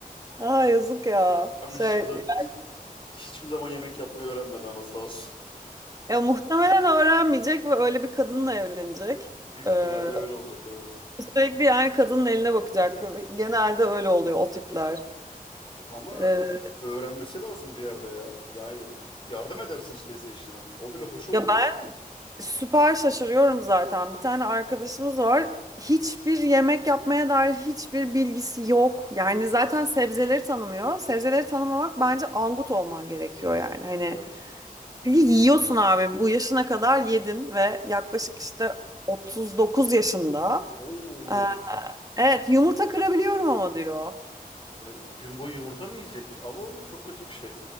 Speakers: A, on the right; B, on the left.
A: Aa yazık ya.
B: Ama
A: Şey
B: hiçbir zaman hi- hiçbir zaman yemek yapmayı öğrenmedi ama sağ olsun.
A: ya muhtemelen öğrenmeyecek ve öyle bir kadınla evlenecek.
B: <laughs> Büyük
A: Ee,
B: ihtimalle öyle olacak evet.
A: sürekli yani kadının eline bakacak. Genelde öyle oluyor o tipler.
B: Ama
A: Ee,
B: öğrenmesi lazım bir yerde ya. Yani yardım edersin işte ise işine. O bile hoş oluyor.
A: ya Süper şaşırıyorum zaten. Bir tane arkadaşımız var. Hiçbir yemek yapmaya dair hiçbir bilgisi yok. Yani zaten sebzeleri tanımıyor. Sebzeleri tanımamak bence angut olman gerekiyor yani. Hani
B: Evet.
A: çünkü yiyorsun abi. Bu yaşına kadar yedin ve yaklaşık işte 39 yaşında.
B: Oo,
A: Ee, Evet yumurta kırabiliyorum ama diyor.
B: e, gün boyu yumurta mı yiyecek? Ama o çok kötü bir şey.